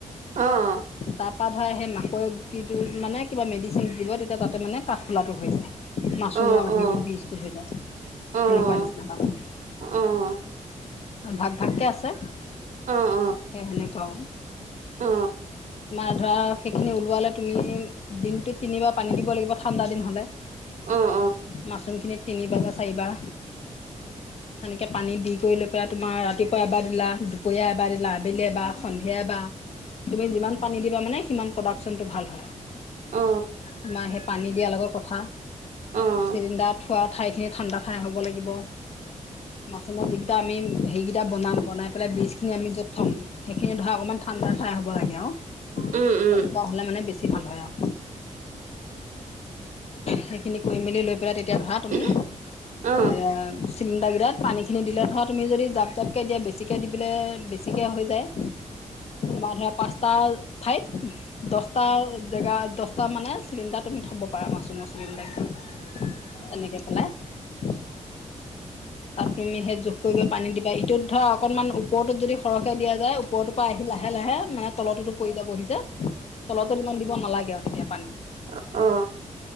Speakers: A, on the right (about 75°); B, on the left (about 55°).
A: অ অ।
B: তাৰপা ধৰা সেই মাকৈ গুটিটোত মানে কিবা মেডিচিন দিব, তেতিয়া তাতে মানে কাঠফুলাটো হৈ যায়। মাছৰুমৰ
A: অ', অ',
B: সেইটো বীজটো হৈ যায় সেনেকুৱা
A: অ', অ',
B: নিচিনা তাৰমানে।
A: অ', অ।
B: ভাগ ভাগকে আছে।
A: অ', অ', অ', অ',
B: সেই সেনেকুৱাও আও
A: অ',
B: তোমাৰ ধৰা সেইখিনি ওলোৱালে তুমি দিনটোত তিনিবাৰ পানী দিব লাগিব ঠাণ্ডা দিন হ'লে।
A: অ',
B: মাচৰুমখিনিত তিনিবাৰ বা চাৰিবাৰ সেনেকে পানী দি কৰি লৈ পেলাই তোমাৰ ৰাতিপুৱা এবাৰ দিলা, দুপৰীয়া এবাৰ দিলা আবেলি এবাৰ, সন্ধিয়া এবাৰ তুমি যিমান পানী দিবা মানে সিমান প্ৰডাকচনটো ভাল হয় আৰু।
A: অ।
B: তোমাৰ সেই পানী দিয়াৰ লগত কথা।
A: অ',
B: চিলিণ্ডাৰ থোৱা ঠাইখিনি ঠাণ্ডা ঠাই হ'ব লাগিব, মাছৰুমৰ যিকিটা আমি হেৰিকিটা বনাম বনাই পেলাই বীজখিনি আমি য'ত থম সেইখিনি ধৰা অকমান ঠাণ্ডা ঠাই হ'ব লাগে আও।
A: উম, উম,
B: তেনেকুৱা হ'লে মানে বেছি ভাল হয় আও। সেইখিনি কৰি মেলি লৈ পেলাই তেতিয়া ধৰা তুমি
A: অ',
B: এ
A: অ',
B: চিলিণ্ডাৰগিটাত পানীখিনি দিলে ধৰা তুমি যদি জাপ জাপকে দিয়া বেছিকে দি দিলে বেছিকে হৈ যায়। তোমাৰ ধৰা পাঁচটা ঠাইত টা জেগা দচটা মানে চিলিণ্ডাৰ তুমি থ'ব পাৰা মাচৰুমৰ চিলিণ্ডাৰকিটা। তেনেকে পেলাই। তাত তুমি সেই জোখ কৰি কৰি পানী দিবা ইটোত অ' অকণমান ওপৰতোত যদি সৰহকে দিয়া যায় ওপৰতোত পৰা আহি সি লাহে লাহে মানে তলতোতো পৰি যাব সি যে তলতোতোমান দিব নালাগে আৰু তেতিয়া পানী।
A: অ' অ'